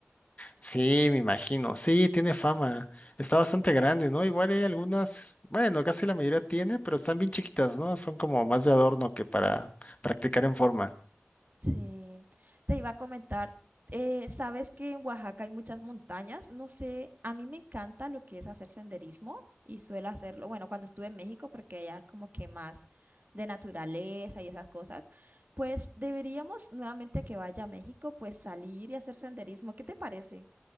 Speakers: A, on the left; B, on the right.
A: Sí, me imagino. Sí, tiene fama. Está bastante grande, ¿no? Igual hay algunas, bueno, casi la mayoría tiene, pero están bien chiquitas, ¿no? Son como más de adorno que para practicar en forma.
B: Sí, te iba a comentar, eh, sabes que en Oaxaca hay muchas montañas, no sé, a mí me encanta lo que es hacer senderismo y suelo hacerlo, bueno, cuando estuve en México, porque allá como que más de naturaleza y esas cosas, pues deberíamos nuevamente que vaya a México, pues salir y hacer senderismo, ¿qué te parece?